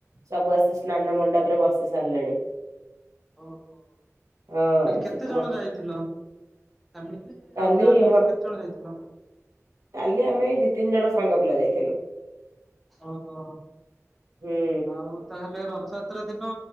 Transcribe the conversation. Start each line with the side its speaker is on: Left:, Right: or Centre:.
Right: ସବୁ ଆସି ସ୍ନାନ ମଣ୍ଡପରେ ବସି ସାରିଲେଣି।
Centre: ଓହୋ।
Right: ହଁ
Centre: କାଲି କେତେ
Right: ଶିବ
Centre: ଜଣ ଯାଇଥିଲ ଫ୍ୟାମିଲି
Right: କାଲି
Centre: ଆଉ ଗାଁ ଲୋକ
Right: ହଁ
Centre: କେତେ ଜଣ ଯାଇଥିଲ?
Right: କାଲି ଆମେ ଦି ତିନି ଜଣ ସାଙ୍ଗ ପିଲା ଯାଇଥେଲୁ।
Centre: ଓହୋ
Right: ହୁଁ
Centre: ଆଉ ତାହେଲେ ରଥ ତରା ଦିନ